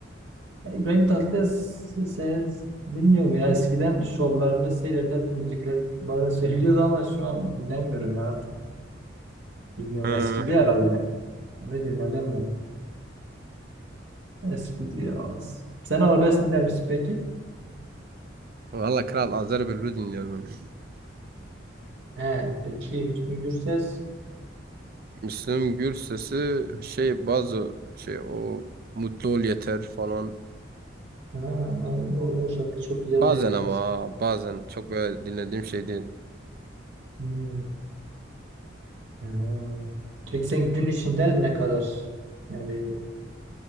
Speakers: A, on the right; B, on the right.
A: Ya İbrahim Tatlıses bilmiyorum ya eskiden şovlarını seyrederdim müzikleri bazen <laughs> söylüyordu ama şu an dinlemiyorum ya artık bilmiyorum
B: Ha,
A: eskidi herhalde ne dinlemem ben <laughs> eskidi ya sen arabesk dinler misin peki?
B: Valla Kral Azer Bülbül dinliyorum ben.
A: He, peki Müslüm Gürses
B: Müslüm Gürses'i şey bazı şey o Mutlu Ol Yeter falan.
A: ha, ay, o, o şarkı çok güzeldi
B: Bazen
A: evet
B: ama bazen çok böyle dinlediğim şey değil.
A: hmm. ha. Peki sen gün içinde ne kadar yani